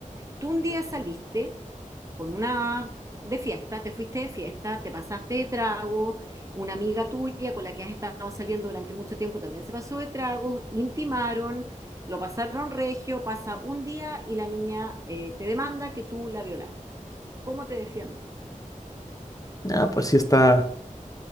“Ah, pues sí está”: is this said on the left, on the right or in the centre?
Left